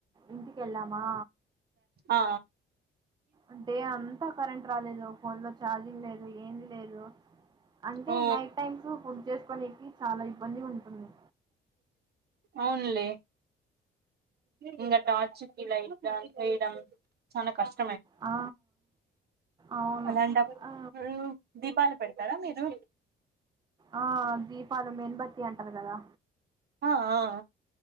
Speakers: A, on the right; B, on the right.
A: ఇంటికి వెళ్ళామా
B: ఆ
A: అంటే అంత కరెంట్ రాలేదు ఫోన్ లో ఛార్జింగ్ లేదు ఏమి లేదు రో అంటే
B: ఓ
A: నైట్ టైమ్స్ ఫుడ్ చేసుకోనేకి చాల ఇబ్బంది ఉంటుంది
B: అవునులే ఇంగ టార్చ్ కి లైట్ జాబ్ చేయడం చాల కష్టం
A: ఆ అవును
B: అలాంటప్పుడ
A: ఆ
B: దీపాల్ పెట్ స్తర మీరు
A: ఆ దీపాలు మెన్బత్తి అంటరు కదా
B: ఆ ఆ